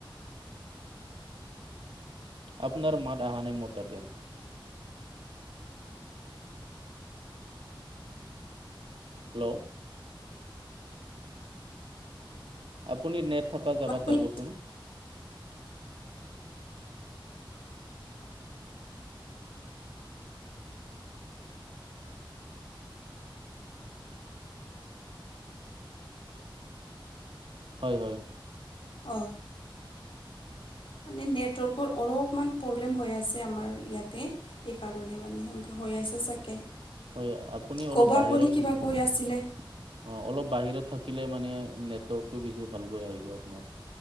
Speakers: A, on the right (about 80°); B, on the left (about 85°).
A: আপোনাৰ মাত অহা নাই মোৰ টাতে। হেল্ল'। আপুনি নেট থকা জেগাত
B: কিবি
A: যাবচোন। হয়, হয়।
B: অ'। মানে নেটৱৰ্কৰ অলপমান প্ৰব্লেম হৈ আছে আমাৰ ইয়াতে এইকাৰণে মানে। হৈ আছে চাগে।
A: হয় আপুনি
B: ক'ব
A: অলপ বাহিৰত
B: আপুনি কিবা কৈ
A: অ',
B: আছিলে
A: অলপ বাহিৰত থাকিলে মানে নেটৱৰ্কটো বেছি ভালকৈ আহিব আপোনাৰ।